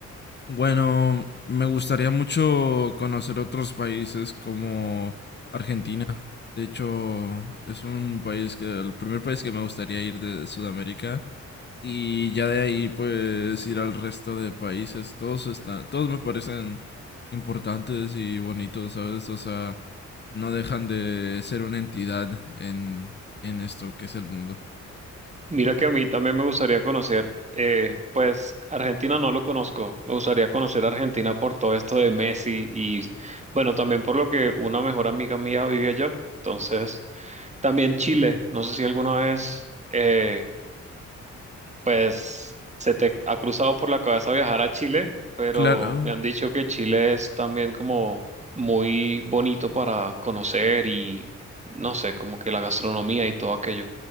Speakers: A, on the left; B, on the right.
A: Bueno, me gustaría mucho conocer otros países como Argentina. De hecho, es un país que el primer país que me gustaría ir de Sudamérica y ya de ahí pues ir al resto de países. Todos están, todos me parecen importantes y bonitos, ¿sabes? O sea, no dejan de ser una entidad en en esto que es el mundo.
B: Mira que a mí también me gustaría conocer, eh, pues Argentina no lo conozco, me gustaría conocer Argentina por todo esto de Messi y bueno, también por lo que una mejor amiga mía vive allá, entonces también Chile, no sé si alguna vez, eh, pues se te ha cruzado por la cabeza viajar a Chile, pero
A: Claro,
B: me han dicho que Chile es también como muy bonito para conocer y no sé, como que la gastronomía y todo aquello.